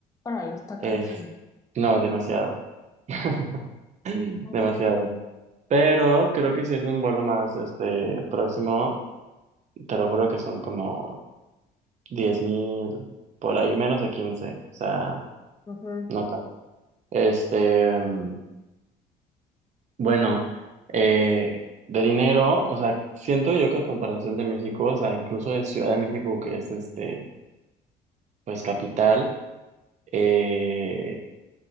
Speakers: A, on the left (about 20°); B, on the right (about 45°).
A: Órale, está
B: Es,
A: carísimo.
B: no, demasiado. <laughs> Demasiado.
A: Ok.
B: Pero creo que si es un vuelo más este próximo, te lo juro que son como diez mil, por ahí menos de quince o sea,
A: Ujú,
B: no nota. Este, mm, bueno, eh, de dinero, o sea, siento yo que a comparación de México, o sea, incluso de Ciudad de México, que es este, pues capital, eh,